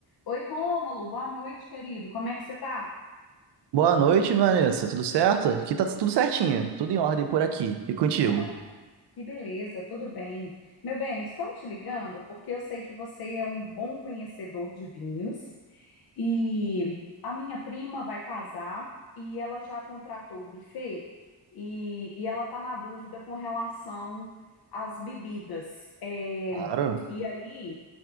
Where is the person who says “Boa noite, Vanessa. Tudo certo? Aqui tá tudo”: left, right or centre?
Right